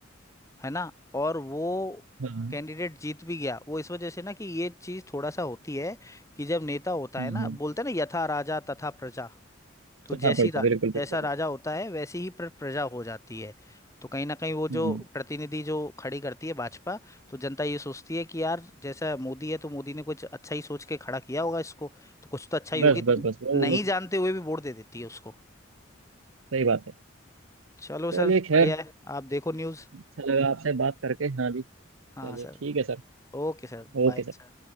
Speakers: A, on the left; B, on the right.
A: है ना और वो
B: हाँ
A: कैंडिडेट जीत भी गया वो इस वजह से ना कि ये चीज थोड़ा सा होती है कि जब नेता होता
B: हम्म
A: है ना
B: हम्म
A: बोलते हैं ना यथा राजा तथा प्रजा तो
B: चौथा
A: जैसी
B: पर्चा
A: रा,
B: बिल्कुल
A: जैसा
B: बिल्कुल
A: राजा होता है वैसी ही प्र- प्रजा हो जाती है तो कहीं ना कहीं वो जो
B: बिल्कुल। हम्म
A: प्रतिनिधि जो खड़ी करती है भाजपा तो जनता ये सोचती है कि यार जैसा मोदी है तो मोदी ने कुछ अच्छा ही सोच के खड़ा किया होगा इसको तो कुछ तो अच्छा ही होगी
B: बस बस
A: तो
B: बस वो
A: नहीं
B: वो-
A: जानते हुए भी वोट दे देती है उसको
B: सही बात है
A: चलो सर
B: चलिए
A: बढ़िया
B: खैर
A: है आप देखो न्यूज़
B: अच्छा लगा आपसे बात करके हाँ जी चलिए
A: हाँ sir
B: ठीक है सर
A: Okay sir bye
B: Okay sir
A: sir